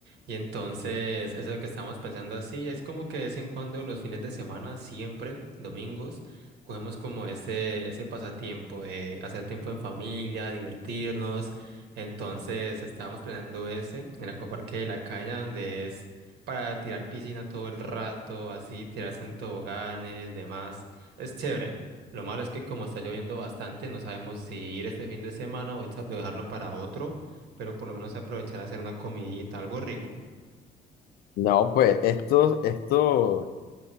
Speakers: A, on the right; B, on the left.
A: Y entonces, eso es lo que estamos pensando así, es como que de vez en cuando los fines de semana, siempre, domingos, cogemos como ese, ese pasatiempo de hacer tiempo en familia, divertirnos. Entonces, estábamos planeando ese, el Acuaparque de la Caña, donde es para tirar piscina todo el rato, así, tirarse en toboganes, demás. Es chévere. Lo malo es que como está lloviendo bastante, no sabemos si ir este fin de semana o echa- o dejarlo para otro, pero por lo menos aprovechar a hacer una comidita, algo rico.
B: No, pues esto, esto.